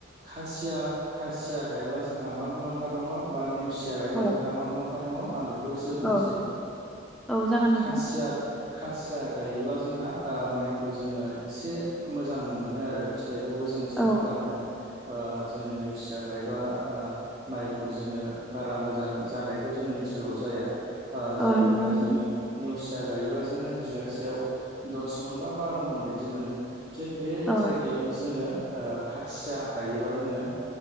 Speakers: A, on the right; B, in the centre.
A: खासिया खासिया गायब्ला जोंहा मा मुलाम्फा दङ बा नेवसि खासिया गायब्ला
B: औ
A: जोंहा मा मुलाम्फा दङ आं बेखौबो एसे बुंनोसै
B: औ औ जागोन नोंथां
A: खासिया खासिया गायोब्ला जोंहा माइखौ जोङो एसे मोजां मोनो आरो फिथाइबो जो एसे
B: औ
A: बरहा मोनो जोङो नेवसिया थाखायबा माइखौ जोङो बारा मोजां जानायखौ जोंनि ओनसोलाव जाया जायनि
B: औ नंगौ
A: थाखाय
B: नोंथां
A: जोङो नेवसिया गायोबा जोङो बिगासेयाव दस मन बा बार' मन बिदि मोनो थिग बे
B: औ
A: जायगायावनो जोङो खासिया गायोबा जोङो